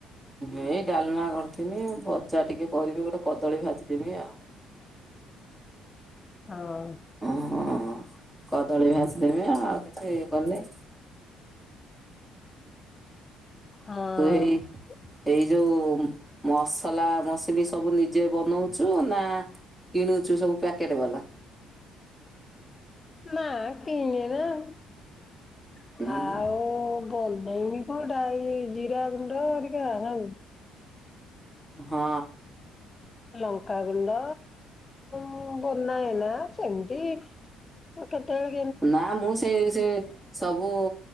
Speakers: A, in the centre; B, on the left.
A: ଏଇ ଡାଲ୍ମା କରିଥିଲି ଭଜା ଟିକେ କରିବି ଗୋଟେ କଦଳୀ ଭାଜିଦେବି ଆଉ।
B: ହଉ।
A: ହୁଁ- କଦଳୀ ଭାଜି ଦେବି ଆଉ କିଛି ଇଏ କରିନି।
B: ହଁ
A: ତୁ ହେଇ ଏଇ ଯଉ ମସଲା ମସଲି ସବୁ ନିଜେ ବନଉଚୁ ନା କିଣୁଚୁ ସବୁ ପ୍ୟାକେଟ୍ ବାଲା?
B: ନା କିଣେ ନା
A: ଉଁ
B: ଆଉ ବନେଇବି କଉଟା ଏଇ ଜିରା ଗୁଣ୍ଡ ହେରିକା ଆଉ
A: ହଁ।
B: ଲଙ୍କାଗୁଣ୍ଡ ମୁଁ ବନାଏ ନା ସେମିତି ଆ କେତେବଳେ
A: ନା ମୁଁ ସେଇ- ସେ- ସବୁ